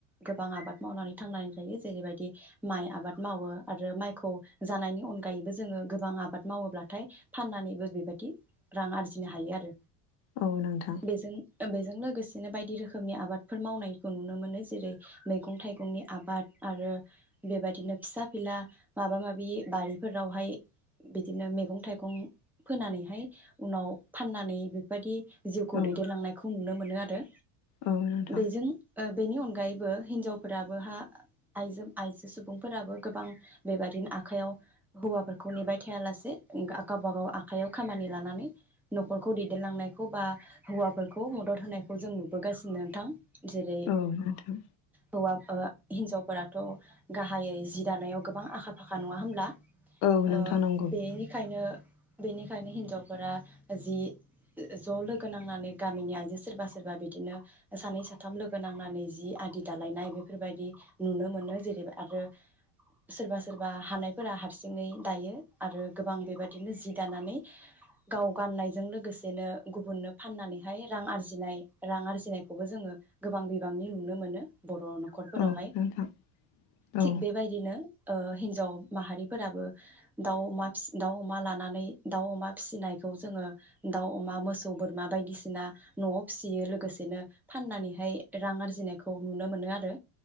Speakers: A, in the centre; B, on the left.
A: गोबां आबाद मावनानै थांनानै थायो जेरैबायदि माइ आबाद मावो आरो माइखौ जानायनि अनगायैबो जोङो गोबां आबाद मावोब्लाथाय फाननानैबो बेबायदि रां आरजिनो हायो आरो।
B: औ नोंथां
A: बेजों बेजों लोगोसे बिदिनो बायदि रोखोमनि आबादफोर मावनायखौ नुनो मोनो जेरै मैगं थाइगंनि आबाद आरो बेबायदिनो फिसा फिला माबा माबि बारिफोरावहाय बिदिनो मैगं थाइगं फोनानैहाय उनाव फाननानै बेबायदि जिउखौ
B: औ
A: दैदेनलांनायखौ नुनो मोनो आरो।
B: औ नोंथां
A: बेजों ओ बेनि अनग अनगायैबो हिनजावफोराबो हा आइजो आइजो सुबुंफोराबो गोबां बेबादिनो आखाइायाव हौवाफोरखौ नेबाय थायालासे गावबा गाव आखाइयाव खामानि लानानै नखरखौ दैदेनलांनायखौ बा हौवाफोरखौ मदद होनाय। खौ जों नुबोगासिनो नोंथां। जेरै
B: औ नोंथां
A: हौवा। हिनजावफोराथ गाहायै जि दानायाव गोबां आखा फाखा नङा होनोमब्ला।
B: औ
A: ओ
B: नोंथां नंगौ
A: बेनिखायनो। बेनिखायनो हिनजावफोरा जि ज लोगो नांनानै गामिनि आइजो सोरबा। सोरबा बिदिनो सानै साथाम लोगो नांनानै जि आदि दालायनाय बेफोरबायदि नुनो मोनो जेरै आरो सोरबा सोरबा हानायफोरा हारसिङै दायो आरो गोबां बेबायदिनो जि दानानै गाव गाननायजों लोगोसेनो गुबुननो फाननानैहाय रां आरजिनाय। रां आरजिनायखौबो जोङो गोबां बिबांनि नुनो मोनो बर'आवनो। नखरफोरावहाय
B: औ नोंथां औ
A: थिग बेबायदिनो। ओ हिनजाव माहारिफोराबो दाउ अमा फिस दाउ अमा लानानै दाउ अमा फिसिनायखौ जोङो दाउ अमा मोसौ बोरमा बायदिसिना न'आव। फिसियो लोगोसेनो फाननानैहाय रां आरजिनायखौ नुनो मोनो आरो।